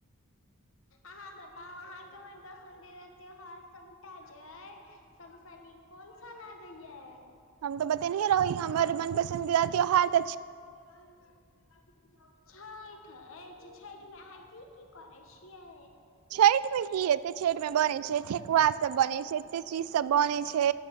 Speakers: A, on the left (about 65°); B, on the right (about 85°).
A: अहाँ बताउ अहाँके मन पसन्दीदा त्योहार सबटा जे अइ सबस नीक कोन सा लागे या?
B: हम तऽ बतेनेहे रही हमर मन पसंन्दीदा त्योहार तऽ छ
A: <inaudible> छैठ अछि छठि मे अहाँ की की करै छियै?
B: छैठ में की हेते छठि मे बन छै ठेकुआ सब बन छै एते चीज सब बन छै।